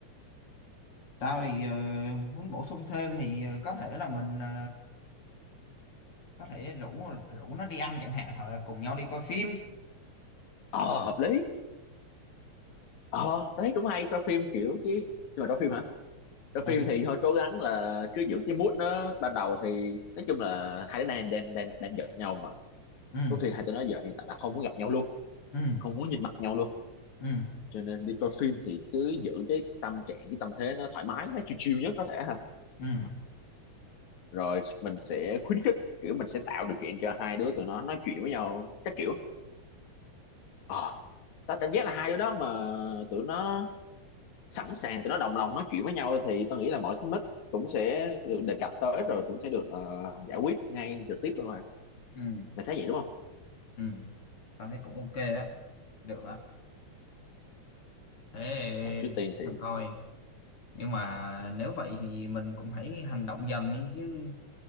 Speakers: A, on the left; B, on the left.
A: tao thì ờ, muốn bổ sung thêm thì ờ, có thể là mình ờ, có thể rủ rủ nó đi ăn chẳng hạn hoặc là cùng nhau đi coi phim
B: ờ hợp lý ờ đấy cũng hay cho phim kiểu chứ nhưng mà cho phim hả cho phim
A: ừ
B: thì thôi cố gắng là cứ giữ cái mood nó ban đầu thì nói chung là hai đứa đang đang đang đang giận nhau mà
A: ừ
B: có khi hai tụi nó giờ hiện tại là không muốn gặp nhau luôn
A: ừ
B: không muốn nhìn mặt nhau luôn
A: ừ
B: cho nên đi coi phim thì cứ giữ cái tâm trạng cái tâm thế nó thoải mái nó chill chill nhất có thể ha
A: ừ
B: rồi mình sẽ khuyến khích kiểu mình sẽ tạo điều kiện cho hai đứa tụi nó nói chuyện với nhau các kiểu ờ tao cảm giác là hai đứa đó mà tụi nó sẵn sàng tụi nó đồng lòng nói chuyện với nhau thì tôi nghĩ là mọi xích mích cũng sẽ được đề cập tới rồi cũng sẽ được ờ, giải quyết ngay trực tiếp luôn rồi
A: ừ
B: mày thấy vậy đúng không
A: ừ tao thấy cũng ok á được á thế
B: mà trước tiên
A: để
B: thì
A: tao coi nhưng mà nếu vậy thì mình cũng hãy hành động dần đi chứ